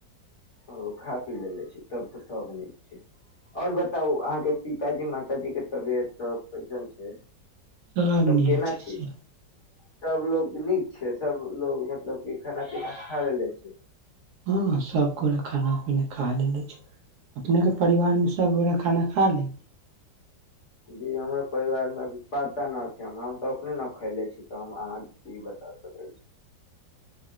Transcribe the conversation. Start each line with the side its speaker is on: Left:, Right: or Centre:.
Left: ओ खा पी लेलेे छी तब तऽ सब नीक छैय। आओर बताउ अहाँके पिताजी माताजी के तबियत सब कैसन छैय।
Right: सब
Left: तऽ
Right: नीक
Left: केना
Right: छै
Left: छी।
Right: सब
Left: सब लोग नीक छैय सबलोग मतलब की खाना पीना खा लेले छैय।
Right: हँ सब गोटे खाना पीना खा लेल छी अपने के परिवारमे सभगोटे खाना खा लै
Left: जी हमर परिवार मे पाता नहि छैय हम तऽ अपने नहि खैले छी तऽ हम अहाँ की बता सकै छी।